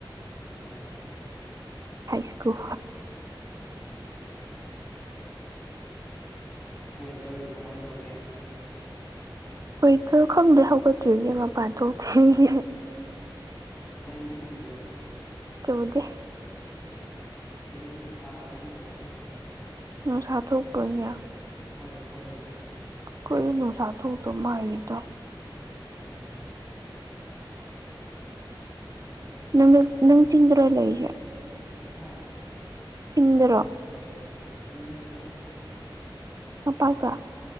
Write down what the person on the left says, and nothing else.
ꯑꯣ
ꯑꯠꯆꯥ ꯑꯠꯆꯥ ꯋꯦꯗꯔ ꯀꯃꯥꯏꯅ ꯇꯧꯒꯦ
ꯅꯣꯡꯗꯤ ꯆꯨꯕ꯭ꯔꯣ
ꯎꯝ ꯁꯤꯗꯗꯤ ꯁꯥꯕ ꯂꯣꯏꯔꯦ ꯍꯦ
ꯍꯣꯏ ꯊꯣꯛꯑꯦ
ꯎꯝ
ꯍꯥ
ꯅꯠꯇꯦ